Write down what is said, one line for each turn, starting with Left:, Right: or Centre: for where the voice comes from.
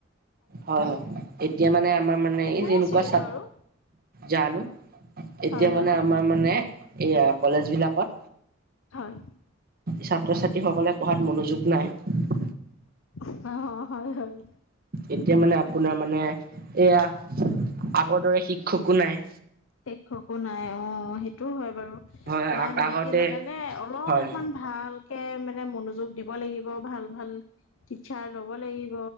Right: হয় হয় এতিয়া মানে আমাৰ মানে এই
Left: কোনে
Right: যেনেকুৱা
Left: চিঞৰিলে
Right: ছা
Left: বাৰু
Right: জানো এতিয়া
Left: হয়
Right: মানে
Left: হয়
Right: আমাৰ মানে এইয়া কলেজবিলাকত
Left: হয়।
Right: ছাত্ৰ-ছাত্ৰী সকলে পঢ়াত মনোযোগ নাই।
Left: হ হ, হয় - হয়।
Right: এতিয়া মানে আপোনাৰ মানে এয়া আগৰ দৰে শিক্ষকো নাই।
Left: শিক্ষকো নাই, অ সেইটোও হয় বাৰু।
Right: হয়
Left: নাই মানে
Right: আগতে
Left: কি জানেনে? অলপমান
Right: হয়
Left: ভাল কে মানে মনোযোগ দিব লাগিব, ভাল - ভাল টিচাৰ লব লাগিব